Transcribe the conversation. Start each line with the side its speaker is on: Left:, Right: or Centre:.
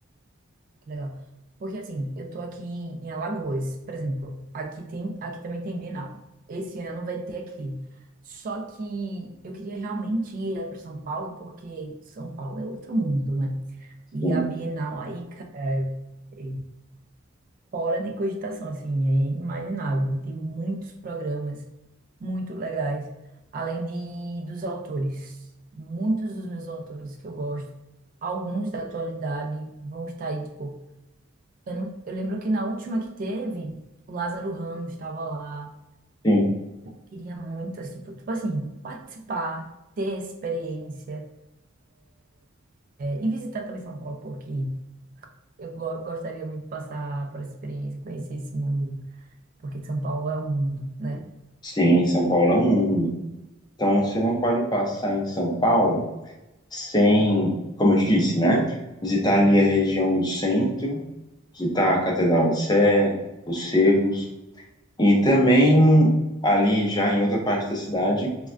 Right: Que legal. Porque assim, eu tô aqui em Alagoas, por exemplo, aqui tem, aqui também tem Bienal. Esse ano vai ter aqui. Só que eu queria realmente ir para São Paulo, porque São Paulo é outro mundo, né? E
Left: sim,
Right: a Bienal aí, cara, é fora de cogitação, assim, é inimaginável. Tem muitos programas muito legais, além de dos autores. Muitos dos meus autores que eu gosto, alguns da atualidade vão estar aí, tipo eu, não- eu lembro que na última que teve, o Lázaro Ramos estava lá.
Left: sim.
Right: Queria muito, assim, tipo, tipo assim, participar, ter experiência, é, e visitar também São Paulo, porque eu go- gostaria muito de passar por essa experiência, conhecer esse mundo, porque São Paulo é um mundo, né? O
Left: Sim, São Paulo é um mundo. Então, você não pode passar em São Paulo sem, como eu te disse, né? Visitar ali a região do centro, visitar a Catedral do Sé, os sebos E também, ali já em outra parte da cidade,